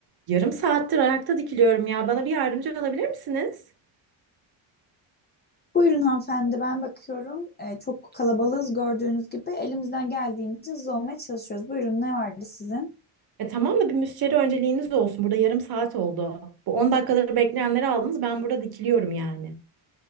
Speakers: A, on the right (about 45°); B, on the left (about 20°).
A: Yarım saattir ayakta dikiliyorum ya. Bana bir yardımcı olabilir misiniz?
B: Buyurun hanımefendi ben bakıyorum. Ee, çok kalabalığız gördüğünüz gibi. Elimizden geldiğince hızlı olmaya çalışıyoruz. Buyurun ne vardı sizin?
A: E tamam da bir müşteri önceliğiniz olsun. Burada yarım saat oldu. Bu 10 dakikaları bekleyenleri aldınız. Ben burada dikiliyorum yani.